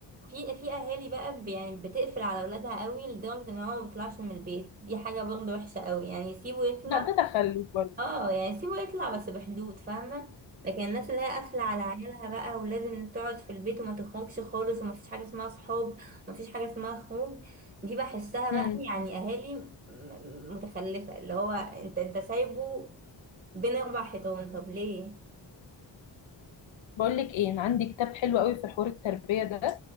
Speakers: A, on the right; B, on the left.
A: في في اهالي بقى ب- يعني بتقفل على اولادها قوي لدرجة ان هو ما بيطلعش من البيت دي حاجة برضه وحشة قوي يعني يسيبه يطلع
B: لا ده تخلف برضه
A: اه يعني سيبه يطلع بس بحدود فاهمة لكن الناس اللي هي قافلة على عيالها بقى ولازم تقعد في البيت وما تخرجش خالص وما فيش حاجة اسمها صحاب وما فيش حاجة اسمها خروج دي بحسها بقى
B: مم.
A: يعني اهالي م- م- متخلفة اللي هو انت انت سايبه بين اربع حيطان طب ليه
B: بقول لك ايه انا عندي كتاب حلو قوي في حوار التربيه ده